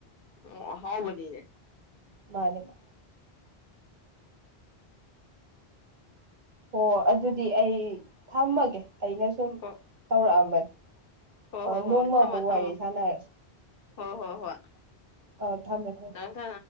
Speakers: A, on the left (about 60°); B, on the right (about 50°).
A: ꯑꯣ ꯍꯥꯎꯕꯅꯤꯅꯦ
B: ꯃꯥꯅꯤꯃ ꯑꯣ ꯑꯗꯨꯗꯤ ꯑꯩ ꯊꯝꯃꯒꯦ ꯑꯩꯅ ꯁꯨꯝ
A: ꯍꯣ
B: ꯇꯧꯔꯛꯑꯝꯕꯅꯤ
A: ꯍꯣ
B: ꯑ
A: ꯍꯣ ꯍꯣꯏ
B: ꯅꯣꯡꯃ
A: ꯊꯝꯃꯣ
B: ꯑꯃꯨꯛ
A: ꯊꯝꯃꯣ
B: ꯋꯥꯔꯤ ꯁꯥꯟꯅꯔꯁꯤ
A: ꯍꯣ ꯍꯣ ꯍꯣꯏ
B: ꯑ ꯊꯝꯃꯦ ꯊꯝꯃꯦ
A: ꯀ ꯀ